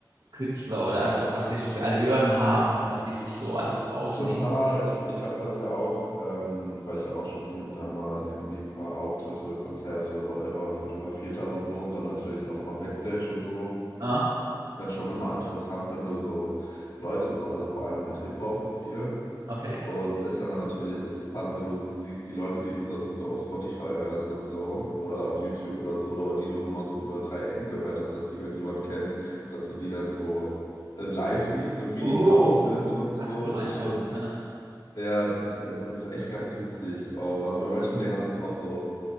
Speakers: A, on the right; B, on the left.
A: Künstler oder also, was die so für Allüren haben und was die sich so alles rausnehmen
B: total.
A: und wie
B: Ich, ich habe das ja auch, ähm, weil ich ja auch schon hier und da mal irgendwie ein paar Auftritte, Konzerte, whatever, fotografiert habe und so und dann natürlich auch immer Backstage und so.
A: ah,
B: ist dann schon immer interessant, wenn du so Leute so, also vor allem halt Hip-Hop viel.
A: okay.
B: Und ist dann natürlich interessant, wenn du so siehst, die Leute, die du sonst nur so auf Spotify hörst und so, oder auf YouTube oder so, oder die du nur mal so über drei Ecken gehört hast, dass die irgendjemand kennt, dass du die dann so äh, live siehst und wie
A: Oh,
B: die drauf sind und so.
A: fast zum
B: Das
A: Anfassen,
B: ist schon,
A: ja.
B: ja, das ist, das ist echt ganz witzig auch. Also bei manchen denkt man sich auch so,